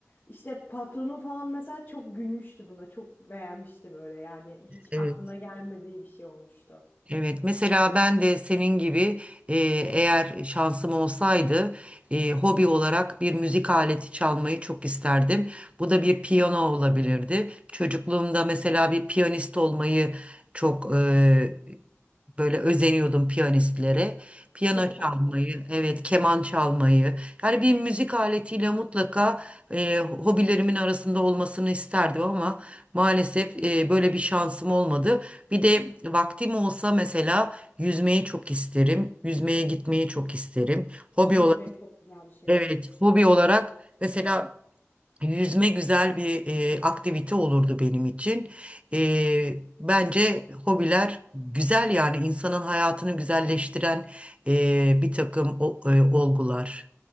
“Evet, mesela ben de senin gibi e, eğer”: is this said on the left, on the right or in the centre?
Right